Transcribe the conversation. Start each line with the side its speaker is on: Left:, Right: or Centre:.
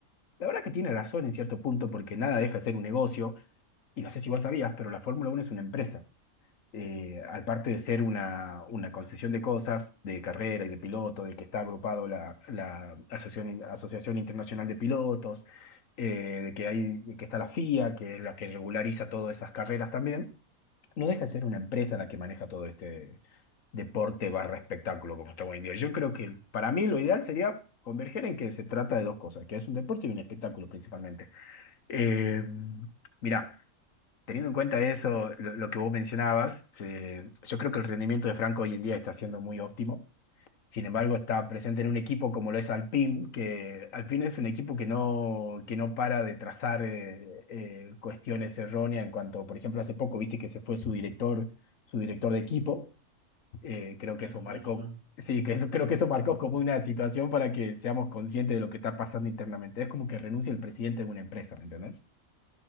Left: La verdad que tiene razón en cierto punto, porque nada deja de ser un negocio. Y no sé si vos sabías, pero la Fórmula Uno es una empresa eh, aparte de ser una, una concesión
Right: Ah,
Left: de cosas, de carrera y de piloto, del que está agrupado la, la Asociación, Asociación Internacional de Pilotos, eh, de que hay, de que está la FIA, que es la que regulariza todas esas carreras también, no deja de ser una empresa la que maneja todo este deporte barra espectáculo como está hoy en día. Yo creo que para mí lo ideal sería converger en que se trata de dos cosas, que es un deporte y un espectáculo principalmente. Eh, mirá, Teniendo en cuenta eso, lo, lo que vos mencionabas, eh, yo creo que el rendimiento de Franco hoy en día está siendo muy óptimo. Sin embargo, está presente en un equipo como lo es Alpine, que Alpine es un equipo que no, que no para de trazar eh, eh, cuestiones erróneas en cuanto, por ejemplo, hace poco viste que se fue su director, su director de equipo. Eh, creo
Right: Claro,
Left: que eso marcó,
Right: claro, claro.
Left: sí, que eso, creo que eso marcó como una situación para que seamos conscientes de lo que está pasando internamente. Es como que renuncia el presidente de una empresa, ¿me entendés?